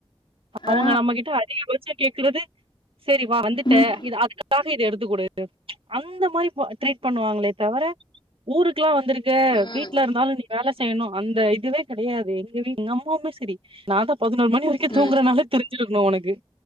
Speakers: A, on the right; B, on the left.
A: அவுங்க
B: அ
A: நம்மகிட்ட அதிகபட்ச கேக்குறது சரி வா வந்துட்டே
B: ம்
A: இது அதுக்கப் தாஹி இத எடுத்துக்குடு <inaudible> அந்த மாரி போ ட்ரீட் பண்ணுவாங்ளே தவர ஊருக்குெல்லா வந்திருக் க
B: ம்
A: வீட்ல இருந்தாலு நீ வேல செய்னு அந்த இதுவே கெடையாது எங்கவீ நம்ப மிஸ் சரி நாதா பதினோரு மணி வரைக்கு தூங்குறனால
B: ம்
A: தெரிஞ்சிருக்குனு ஒனக்கு